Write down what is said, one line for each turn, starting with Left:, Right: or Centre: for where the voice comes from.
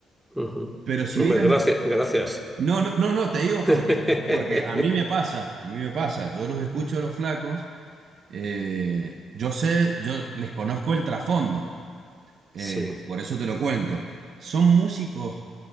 Centre: Ujú.
Right: pero si
Centre: Hombre,
Right: vieras...
Centre: gracias, gracias.
Right: No, no, no, no, te digo
Centre: <laughs>
Right: porque, porque a mí me pasa, a mí me pasa, yo los escucho a los flacos, eh, yo sé, yo les conozco el trasfondo, eh,
Centre: Sí.
Right: por eso te lo cuento. Son músicos